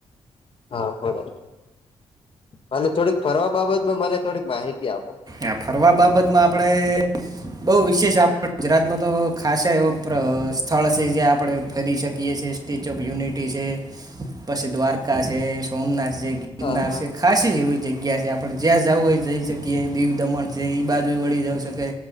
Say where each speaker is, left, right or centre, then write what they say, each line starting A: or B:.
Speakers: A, on the left; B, on the right.
A: હા બરાબર અને થોડીક ફરવા બાબતમાં મને થોડીક માહિતી આપો.
B: આ ફરવા બાબત માં આપણેે બઉ વિશેષ આપ ગુજરાતમાં તો ખાસા એવો સ્થળ છે જ્યાં આપડણે ફેરી શકીએ છેએ સ્ટેચ્યુ ઓફ યુનિટી છે પછી દ્વારકા છે સોમનાથ છે.
A: હા
B: નાસિક
A: હા
B: ખાાસી એવી જગ્યા છે આપડણે જ્યાં જવું હોય જઈ શકીએ દીવ દમણ છે એ બાજુ વળી જઈ શકે